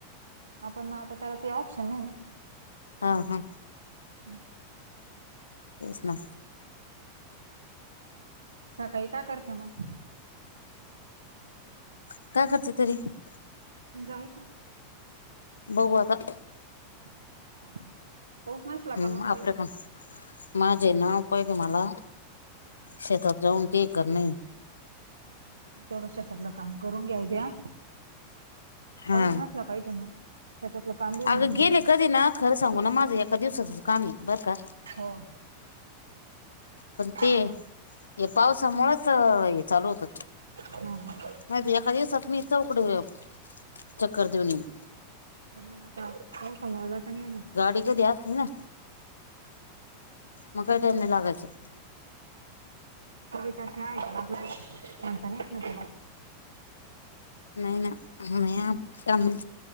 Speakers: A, on the right; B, on the left.
A: हां पण मग आता त्याला ते ऑप्शन नाही ना.
B: हां हां.
A: हम्म.
B: तेच ना.
A: सकाळी का करत नाही मग?
B: <unintelligible>
A: जायचं?
B: बघू आता.
A: <unintelligible> नसला का
B: हम्म
A: मग काही
B: आपलं पण. माझे <unintelligible> मला शेतात जाऊन ते करण हे.
A: तेवढं शेतातलं काम करून घ्या द्या
B: हा
A: पाऊस नसला पाहिजे मग. शेतातलं काम बी होऊन
B: अगं
A: जाईल
B: गेले
A: तुमचं
B: कधी ना खरं सांगू ना माझं एका दिवसाचच काम हे बरं का?
A: हो.
B: पण ते
A: हा
B: हे पावसामुळच हे चालू होतं.
A: हां हां.
B: <unintelligible> ऐका दिवसात मी चौकडं चक्कर देऊन येईन.
A: पण मग आता पावसामुळं जाता नाही येणार.
B: <unintelligible> कधी असली ना मग काय टाइम नाही लागायचं.
A: तुम्ही कशा <unintelligible> म्हणता नाही येत ना त्याला.
B: नाही ना मी